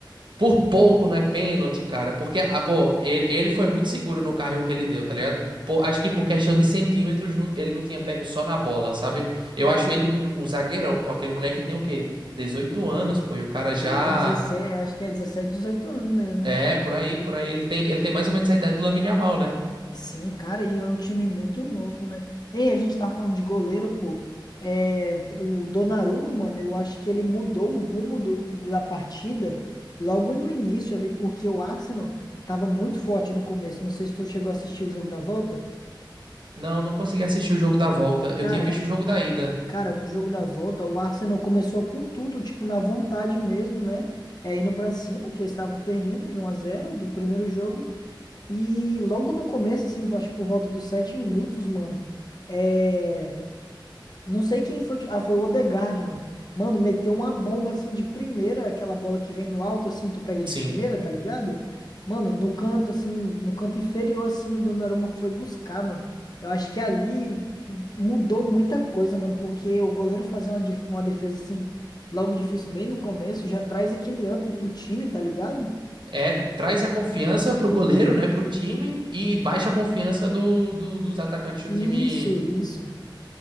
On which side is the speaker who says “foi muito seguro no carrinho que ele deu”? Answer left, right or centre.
Right